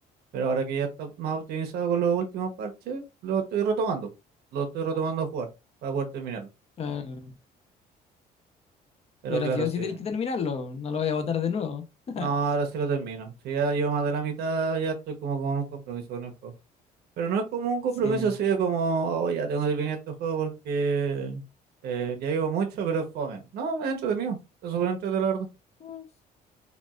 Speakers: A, on the right; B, on the left.
A: pero ahora que ya está más optimizado con los últimos parches, lo estoy retomando, lo estoy retomando a jugar para poder terminarlo.
B: Ah,
A: Pero
B: Y ahora
A: claro,
B: sí o
A: sí.
B: sí tenéis que terminarlo. No lo voy a botar de nuevo. <laughs>
A: No, ahora sí lo termino. Si ya llevo más de la mitad, ya estoy como con un compromiso con el juego. Pero no es como un compromiso,
B: Sí.
A: así de como, oh, ya tengo que terminar este juego porque eh, ya llevo mucho, pero es fome. No, es entretenido. Es súper entretenido, la verdad.
B: Pues,